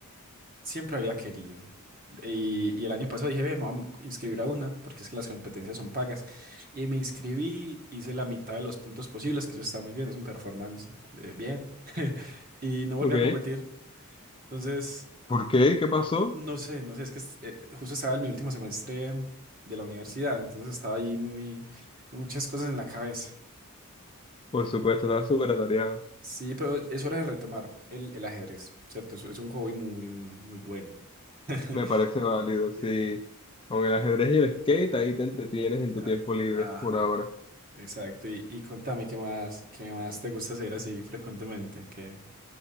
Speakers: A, on the right; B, on the left.
A: siempre había querido. Y, y el año pasado dije, ve, me voy a inscribir a una, porque es que las competencias son pagas. Y me inscribí, hice la mitad de los puntos posibles, que eso está muy bien, es un performance de bien. Y no volví
B: Ok.
A: a competir. Entonces,
B: ¿Por qué? ¿Qué pasó?
A: no sé, no sé, es que es- eh, justo estaba en mi último semestre de la universidad, entonces estaba ahí muy, con muchas cosas en la cabeza.
B: Por supuesto, estaba súper atareado.
A: Sí, pero es hora de retomar el, el ajedrez, ¿cierto? Es, es un hobby muy, muy, muy bueno. <laughs>
B: Me parece válido, sí.
A: Sí.
B: Con el ajedrez y el skate, ahí te entretienes en tu
A: a-
B: tiempo libre
A: Ajá.
B: por ahora.
A: Exacto, y, y contame qué más, qué más te gusta hacer así frecuentemente, que